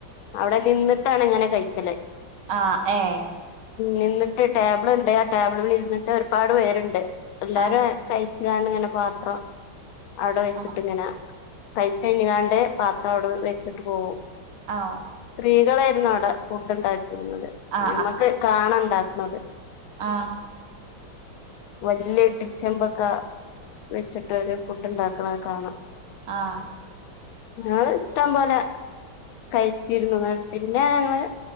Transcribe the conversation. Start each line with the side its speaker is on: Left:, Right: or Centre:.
Left: അവിടെ ന്നിന്നിട്ടാണ് ങ്ങനെ കഴിക്കല്
Right: ആഹ് ഏ
Left: നിന്നിട്ട് ടേബിള് ണ്ട് ആ ടേബിള്മേ ഇര്ന്നിട്ട് ഒര്പാട് പേര്ണ്ട് എല്ലാരും
Right: ആ
Left: കഴിച്ച്കാണ്ട് ങ്ങനെ പാത്രം അവിടെ വെച്ചിട്ട്ങ്ങനെ
Right: ആ
Left: കഴ്ച്ചഴ്ഞ്കാണ്ട് പാത്രം അവ്ടെ വെച്ചിട്ട് പോവും
Right: ആഹ്
Left: സ്ത്രീകളെര്ന്നു അവിടെ ഫുഡ് ണ്ടാക്കിയിരുന്നത്
Right: ആ
Left: ഞമ്മക്ക് കാണ ണ്ടാക് ണത്
Right: ആഹ്
Left: വല്ല്യെ ട്ടി ചെമ്പൊക്കെ വെച്ചിട്ടൊര് ഫുഡ് ണ്ടാക്ക്‌ണേ കാണാ
Right: ആഹ്
Left: ഞങ്ങള് ഇഷ്ടം പോലെ കഴിച്ചിരുന്നു പിന്നെ ഞങ്ങള്